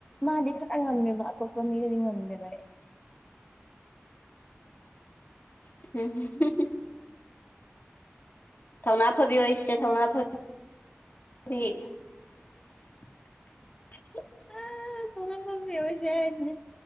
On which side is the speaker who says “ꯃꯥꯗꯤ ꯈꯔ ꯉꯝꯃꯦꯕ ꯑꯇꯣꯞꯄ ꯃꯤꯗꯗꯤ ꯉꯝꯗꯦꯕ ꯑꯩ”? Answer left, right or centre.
Left